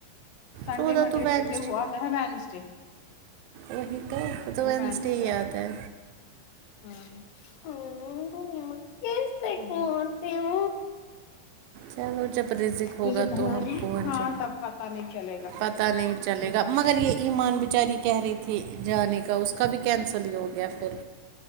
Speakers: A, on the left; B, on the right.
A: سنڈے
B: چودہ
A: منڈے
B: تو وینسڈے
A: ٹوزڈے وہ آتا ہے وینسڈے
B: وہی تو تو
A: وہ
B: وینسڈے
A: وینس
B: ہی
A: ڈے
B: یاد
A: آتا
B: ہے
A: <unintelligible>
B: چلو جب رزک ہوگا
A: یہ جو
B: تو
A: بنا رہے
B: ہم
A: ہیں
B: پہنچیں
A: ہاں تب پتہ نہیں چلے گا
B: پتہ نہیں چلے
A: وہ
B: گا
A: بات
B: مگر
A: صحیح
B: یہ
A: ہے
B: ایمان بچاری کہہ رہی تھی جانے کا اس کا بھی کینسل ہی ہو گیا پھر